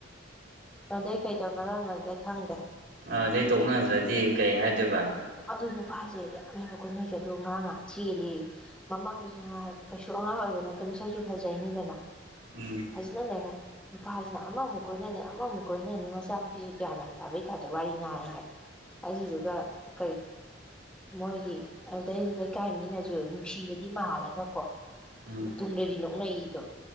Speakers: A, in the centre; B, on the right.
A: ꯑꯗꯨꯗꯩ ꯀꯩꯗꯧꯅꯔꯝꯅꯣꯗꯤ ꯈꯪꯗꯦ
B: ꯑꯗꯩ ꯇꯣꯛꯅꯗ꯭ꯔꯗꯤ ꯀꯩ ꯍꯥꯏꯗꯨꯕ
A: ꯑꯗꯨ ꯅꯨꯄꯥꯁꯦ ꯌꯥꯝꯃꯦꯕ ꯀꯣꯏꯅꯩꯁꯦ ꯑꯗꯣ ꯉꯔꯥꯡ ꯉꯍꯥꯡ ꯆꯦꯜꯂꯤ ꯃꯃꯥꯗꯁꯨ ꯉꯥꯏ ꯀꯩꯁꯨ ꯑꯉꯥꯡ ꯑꯣꯏꯕ ꯅꯠꯇꯦ ꯃꯁꯛꯁꯨ ꯐꯖꯩꯅꯤꯗꯅ
B: ꯎꯝ
A: ꯐꯖꯅ ꯅꯨꯄꯥꯖꯤꯅ ꯑꯃꯕꯃꯨꯛ ꯀꯣꯏꯅꯅꯤ ꯑꯃꯃꯨꯛ ꯀꯣꯏꯅꯅꯤ ꯃꯆꯥꯅꯨꯄꯤꯁꯦ ꯒ꯭ꯌꯥꯟ ꯌꯥꯝ ꯇꯥꯕꯩ ꯇꯞꯇ ꯋꯥꯔꯤ ꯉꯥꯡꯉꯦ ꯍꯥꯏꯕ ꯑꯗꯨꯁꯨ ꯑꯗꯨꯒ ꯀꯔꯤ ꯃꯣꯏꯒꯤ ꯑꯗꯩ ꯂꯩꯀꯥꯏ ꯃꯤꯅꯁꯨ ꯅꯨꯡꯁꯤꯕ ꯁꯤ ꯃꯥꯜꯂꯒꯀꯣ
B: ꯎꯝ
A: ꯃꯇꯨꯡꯗꯗꯤ ꯅꯣꯛꯅꯩꯗꯣ